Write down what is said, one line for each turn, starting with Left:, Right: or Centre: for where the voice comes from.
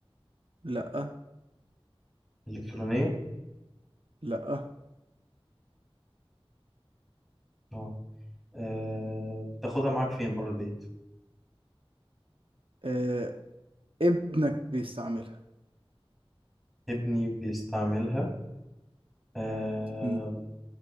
Right: لا
Centre: الالكترونيه
Right: لا
Centre: اه آه، بتاخدها معاك فين بره البيت
Right: آه، ابنك بيستعملها
Centre: ابني بيستعملها آه،
Right: مم.